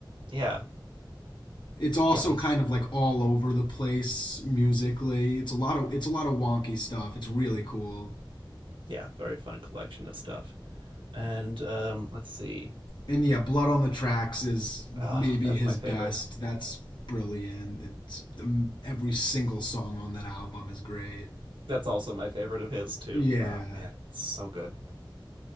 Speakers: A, on the right; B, on the left.
A: Yeah,
B: It's also
A: yeah, he's
B: kind of like all over the place musically. It's a lot of it's a lot of wonky stuff. It's really cool.
A: yeah, very fun collection of stuff. And um, let's see.
B: And yeah, Blood on the Tracks is
A: Oh,
B: maybe
A: that's
B: his
A: my favorite.
B: best. That's brilliant. It's um, every single song on that album is great.
A: That's also my favorite of his too.
B: Yeah.
A: Oh man, it's so good.